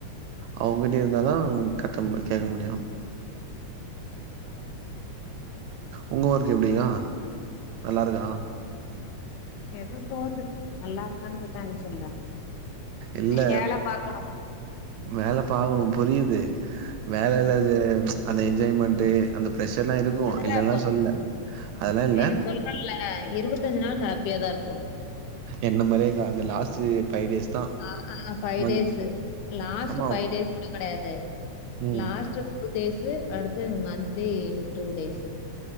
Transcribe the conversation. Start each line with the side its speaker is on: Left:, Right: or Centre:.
Right: அவங்கிட்டயு இருந்தாதா கட்ட மு கேக்க முடியு நம்ம ஒங்க ஒர்க்கு எப்டிக்கா நல்லாருக்கா
Left: எதோ போது நல்லாருக்கான் கேட்டா என்ன சொல்ல
Right: இல்ல
Left: வேல பாக்கணு
Right: வேல பாக்கணு புரியுது வேலல
Left: ம்
Right: அது அந்த என்ஜாய்மெண்ட்டு அந்த பிரஷர்லா இருக்கு
Left: அதெல்லா
Right: இல்லேன்லா
Left: இருக்கு
Right: சொல்ல அதெல்லா இல்ல
Left: எனக்கு சொல்றேன்ல இருவத்தஞ்சு நாள் ஹேப்பியாதா இருப்போ
Right: என்ன மாரியேக்கா அந்த லாஸ்ட் ஃபை டேஸ் தா
Left: ஆ ஆ ஃபைவ்
Right: மந்
Left: டேஸு லாஸ்ட்
Right: ஆமா
Left: ஃபை டேஸ் கூட கெடையாது
Right: ம்
Left: லாஸ்ட் டூ டேஸு அடுத்து மன்த்லி டூ டேஸு